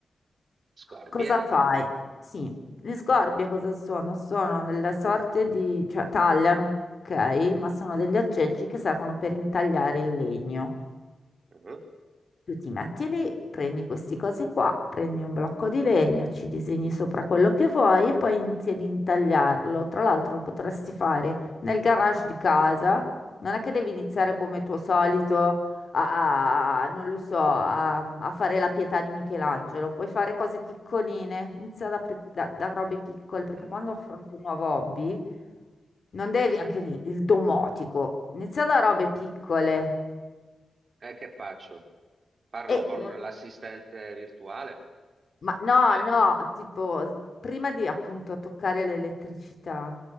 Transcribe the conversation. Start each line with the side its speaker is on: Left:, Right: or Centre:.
Right: scorbie.
Left: Cosa fai? Sì, le sgorbie cosa sono? Sono delle sorte di... cioè tagliano, ok, ma sono degli aggeggi che servono per intagliare il legno.
Right: Mhm.
Left: Tu ti metti lì, prendi questi cosi qua, prendi un blocco di legno, ci disegni sopra quello che vuoi e poi inizi ad intagliarlo. Tra l'altro lo potresti fare nel garage di casa. Non è che devi iniziare come tuo solito a, a- non lo so, a, a fare la pietà di Michelangelo. Puoi fare cose piccoline, inizia da, pe- da da robe piccole, perché
Right: Ah.
Left: quando affronti un nuovo hobby, non devi, anche lì, il domotico, inizia da robe piccole.
Right: E che faccio? Parlo
Left: E
Right: con
Left: non-
Right: l'assistente virtuale?
Left: Ma no,
Right: Ah,
Left: no, tipo, prima di appunto toccare l'elettricità,